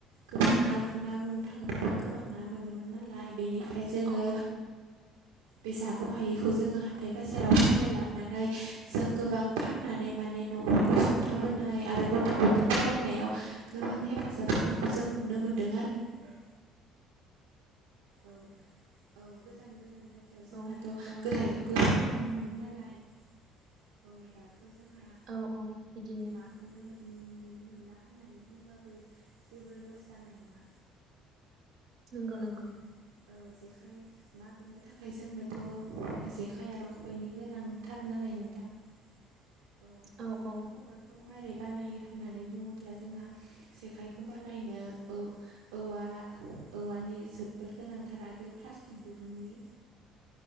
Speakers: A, on the right; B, on the right.
A: गोबां ना ना गुरनो थाङोब्लाबो गोबां ना मोनोमोन नालाय बेनिफ्राय जोङो
B: औ औ
A: बे जाग' हायैखौ जोङो हाथाय बाजाराव फाननो लांनानै जों गोबां फाननानै माने न'खरखौ सुंथाबोनाय आरो गथ' ग'थाय फरायनायाव गोबां हेफाजाब होनायखौ जों नुनो मोनदों आरो नोंथा औ औ गोजान गोजान जायगायाव जोंहाथ'
B: औ औ
A: गोदायथ' गोबां न ना मोनोमोन नालाय औ दाथ' जोंहा
B: औ औ बिदिनो
A: नाखौनो मोन नुनो मोनला होननानै बुंबाबो जेबो लस जानाय नङा
B: नंगौ
A: औ
B: नंगौ
A: औ जेखाइ ना गुरनो थाखाय जोंनोथ' जेखाइ आरो खबाइनि गोनांथार नालाय नों थां। औ बेफोर
B: औ
A: जेखाय
B: औ
A: खबायाइखौ मोरै बानायो होननानै बुङोब्ला जोंहा जेखायखौ बानायनो औ-औवा औवानि जोबोद गोनांथार आरो प्लास्टिक दुरुंनि।